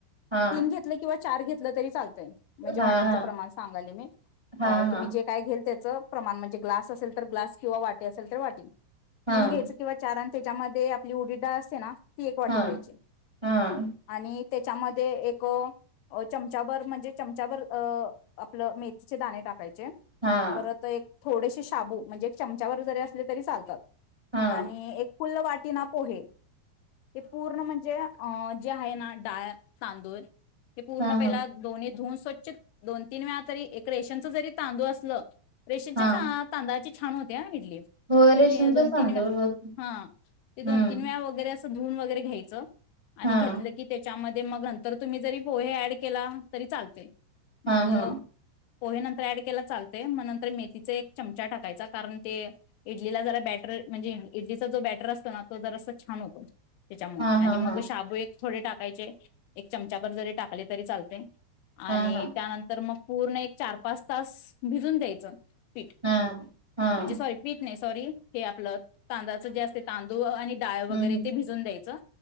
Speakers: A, on the right; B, on the left.
A: हा
B: तीन घेतलं किंवा चार घेतलं तरी चालत. म्हणजे
A: हा
B: वातीच
A: हा
B: प्रमाण सांगाली मी
A: हां,
B: अ
A: हां,
B: तुम्ही जे काय घेल ते, च प्रमाण म्हणजे ग्लास असेल तर ग्लास किंवा वाटत असेल तर वाटी
A: हां,
B: तीन घ्यायचे किंवा, कारण त्याच्यामध्ये आपली उडीत डाळ असते ना ती एक वाटी
A: हां,
B: घ्यायची
A: हां,
B: आणि, त्याच्यामध्येए एकअं अ चमचाभर म्हणजे चमचाभर अ आपलं मेथीचे दाणे टाक टाकायचे
A: हां,
B: परत एक थोडेसे शाबू म्हणजे चमचाभर जरी असले तरी चालतात.
A: हा.
B: आणि एक फुल्ल वाटीना पोहे ते पूर्ण म्हणजे, अ जे आहे ना डाळ तांदूळ हे पूर्ण
A: हां,
B: पहिला
A: हां,
B: दोन्ही, धुन स्वच्छ दोन तीन वेळा तरी एक रेशनच जरी तांदूळ असलं रेशनच्याच
A: हां,
B: तांदळाची, छान होते हां इडली
A: हो रेशनचा
B: इथे दोन-तीन
A: तांदूळ
B: वेळा,
A: होत
B: हा ते दोन
A: हम्म,
B: तीन वेळा अस धून वगैरे घ्यायच आणि
A: हां,
B: घेतलं की त्याच्याम ते मग नंतर तुम्ही जरी पोहे ऍड केला तरी चालते
A: हां,
B: मग,
A: हां,
B: पोहे नंतर ऍड केला चालते मग नंतर मेथीचा एक चमचा टाकायचा कारण ते इडलीला जरा बॅटर, म्हणजे इडलीचा जो बेटर असतो ना तो जरासा छान होतो
A: हां,
B: आणि
A: हां,
B: मग
A: हां,
B: शाबू. थोडे टाकायचे एक चमचाभर जरी टाकले तरी चालते
A: हां,
B: आणिई
A: हां,
B: त्यानंतर मग, पूर्ण एक चार पाच तास भिजून द्यायचं पीठ
A: हां, हां,
B: म्हणजे सॉरी पीठ नाही, सॉरी हे आपलं. तांदळाच जे असते तांदूळ आणि डाळ वगैरे
A: हं, हं,
B: ते भिजून द्यायचं